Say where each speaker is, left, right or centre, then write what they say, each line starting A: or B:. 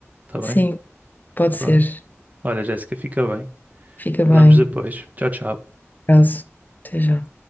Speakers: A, on the right; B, on the left.
A: Tá bem?
B: Sim, pode ser.
A: Pronto. Olha, Jéssica, fica bem.
B: Fica
A: Falamos
B: bem.
A: depois. Tchau, tchau.
B: Caso. Até já.